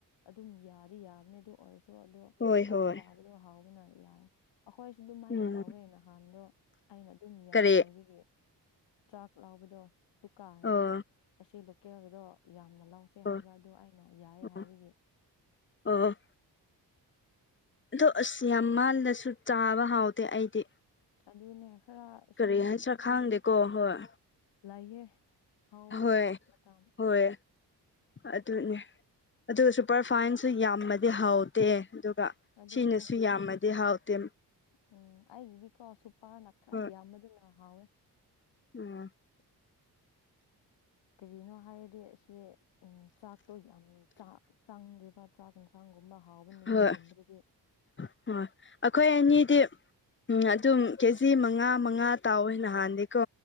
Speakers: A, on the left (about 90°); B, on the left (about 30°).
A: ꯑꯗꯨꯝ ꯌꯥꯗꯤ ꯌꯥꯕꯅꯦ ꯑꯗꯨ ꯑꯣꯏꯔꯁꯨ ꯑꯗꯣ
B: ꯍꯣꯏ
A: ꯆꯥꯛ
B: ꯍꯣꯏ
A: ꯍꯥꯎꯕꯅ ꯌꯥꯏ ꯑꯩꯈꯣꯏꯁꯨ ꯑꯗꯨꯝꯃꯥꯏꯅ
B: ꯎꯝ
A: ꯇꯧꯋꯦ ꯅꯍꯥꯟꯗꯣ ꯑꯩꯅ ꯑꯗꯨꯝ ꯌꯥꯏ
B: ꯀꯔꯤ
A: ꯍꯥꯏꯕꯒꯤ ꯆꯥꯛ ꯂꯥꯎꯕꯗꯣ ꯗꯨꯀꯥꯟꯅꯗꯤ
B: ꯑꯣ
A: ꯑꯁꯤ ꯂꯣꯀꯦꯜꯒꯤꯗꯣ ꯌꯥꯝꯅ ꯂꯧꯁꯦ
B: ꯑꯣ
A: ꯍꯥꯏꯕ ꯑꯗꯨꯗꯣ ꯑꯩꯅ ꯌꯥꯏ
B: ꯑꯣ
A: ꯍꯥꯏꯕꯒꯤ
B: ꯑꯣ ꯑꯗꯣ ꯑꯁ ꯌꯥꯝ ꯃꯥꯜꯂꯁꯨ ꯆꯥꯕ ꯍꯥꯎꯗꯦ ꯑꯩꯗꯤ
A: ꯑꯗꯨꯅꯦ ꯈꯔ ꯁꯤ
B: ꯀꯔꯤ ꯍꯥꯏꯁꯔꯥ ꯈꯥꯡꯗꯦꯀꯣ ꯍꯣꯏ
A: ꯂꯩꯌꯦ ꯍꯥꯎꯕꯒꯤ
B: ꯍꯣꯏ
A: ꯃꯇꯝ
B: ꯍꯣꯏ ꯑꯗꯨꯅꯦ ꯑꯗꯨꯒ ꯁꯨꯄꯔ ꯐꯥꯏꯟꯁꯨ ꯌꯥꯝꯃꯗꯤ ꯍꯥꯎꯗꯦ ꯑꯗꯨꯒ
A: ꯑꯗꯨꯅꯦ
B: ꯁꯤꯅꯁꯨ ꯌꯥꯝꯃꯗꯤ ꯍꯥꯎꯇꯦ
A: ꯎꯝ ꯑꯩꯒꯤꯗꯤꯀꯣ ꯁꯨꯄꯥꯅ ꯈꯔ
B: ꯍꯣꯏ
A: ꯌꯥꯝꯌꯥꯝꯕꯗꯨꯅ ꯍꯥꯎꯋꯦ
B: ꯎꯝ
A: ꯀꯔꯤꯅꯣ ꯍꯥꯏꯔꯗꯤ ꯑꯁꯤ ꯆꯥꯛꯇꯣ ꯌꯥꯝ ꯆꯥꯡꯗꯦꯕ ꯆꯥꯛ ꯌꯦꯟꯁꯥꯡꯒꯨꯝꯕ ꯍꯥꯎꯕ ꯅꯨꯃꯤꯠꯒꯨꯝꯕꯗꯗꯤ
B: ꯍꯣꯏ ꯍꯣꯏ ꯑꯩꯈꯣꯏ ꯑꯅꯤꯗꯤ ꯎꯝ ꯑꯗꯨꯝ ꯀꯦꯖꯤ ꯃꯉꯥ ꯃꯉꯥ ꯇꯧꯋꯦ ꯅꯍꯥꯟꯗꯤꯀꯣ